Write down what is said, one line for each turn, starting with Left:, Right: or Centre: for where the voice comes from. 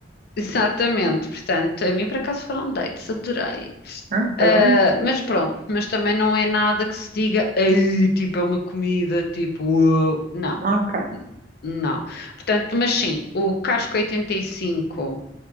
Left: Exatamente, portanto, a mim por acaso foram dates, adorei.
Right: Ah, pronto,
Left: Ah, mas pronto, mas também não é nada que se diga, "Ei, tipo, é uma comida, tipo, uau." Não,
Right: ok,
Left: não. Portanto, mas sim, o casco 85,